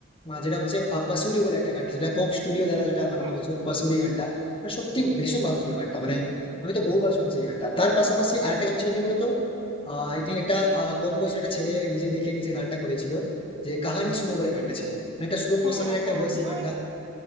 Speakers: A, on the left (about 25°); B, on the right (about 20°).
A: আহ, যেটা হচ্ছে আহ, পাসুরি বলে একটা গান সেটা কোক স্টুডিও দ্বারা যেটা বানানো
B: হ্যাঁ
A: হয়েছিল পাসুরি গানটা আর সত্যি ভীষণ ভালো ছিল গানটা মানে আমি তো বহুবার শুনছি এই গানটা তার পাশাপাশি আরেকটা গান ছিল কি বলতো আই থিঙ্ক একটা আহ, কম বয়সের একটা ছেলে নিজে লিখে নিজে গানটা করেছিল যে কাহানি শুনো বলে গানটা ছিল মানে একটা স্লো
B: হ্যাঁ
A: মোশনের একটা
B: হ্যাঁ
A: ভয়েসে
B: আমিও
A: গানটা
B: এই